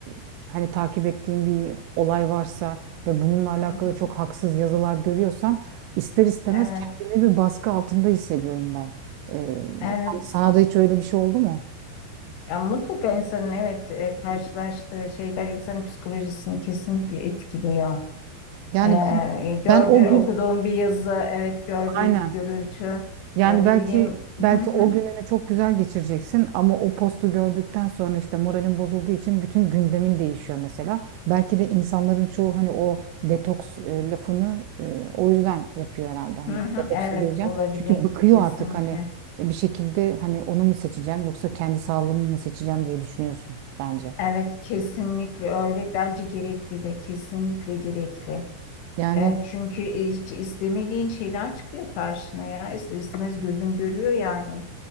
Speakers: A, on the right (about 85°); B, on the left (about 75°).
A: e, hani takip ettiğim bir olay varsa ve bununla alakalı
B: Hı hı.
A: çok haksız yazılar görüyorsam ister istemez
B: Evet,
A: kendimi bir baskı altında hissediyorum ben. Ee,
B: evet.
A: sana da hiç öyle bir şey oldu mu?
B: Ya mutlaka insanın evet e, karşılaştığı şeyler insanın psikolojisini kesinlikle etkiliyor.
A: Yani
B: Ee,
A: ben
B: gördüğün,
A: ben o gün
B: okuduğun bir yazı, evet gördüğün
A: aynen
B: bir görüntü,
A: Yani
B: e, ne
A: belki
B: bileyim,
A: belki
B: hı hı,
A: o gününü çok güzel geçireceksin ama o postu gördükten sonra işte moralin bozulduğu için bütün gündemin değişiyor mesela. Belki de insanların çoğu hani o detoks e, lafını e, o yüzden yapıyor herhalde. Hani
B: hı hı.
A: detoksa
B: evet
A: gireceğim.
B: olabilir
A: Çünkü bıkıyor
B: kesinlikle.
A: artık hani e, bir şekilde hani onu mu seçeceğim yoksa kendi sağlığımı mı seçeceğim diye düşünüyorsun bence.
B: Evet kesinlikle öyle. Bence gerekli de kesinlikle gerekli.
A: Yani
B: E, çünkü hiç istemediğin şeyler çıkıyor karşına ya. İster istemez gözün görüyor yani.